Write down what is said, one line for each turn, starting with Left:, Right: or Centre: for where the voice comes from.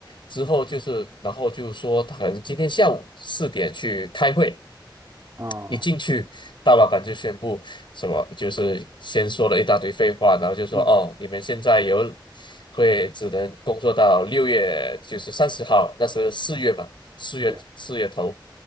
Left: 之后就是，然后就说他可能今天下午四点去开会。
Right: 啊，
Left: 一进去，大老板就宣布什么，就是先说了一大堆废话，然后就说哦，
Right: 嗯，
Left: 你们现在有会只能工作到六月，就是三十号，那是四月吧，四月四月头，
Right: 对，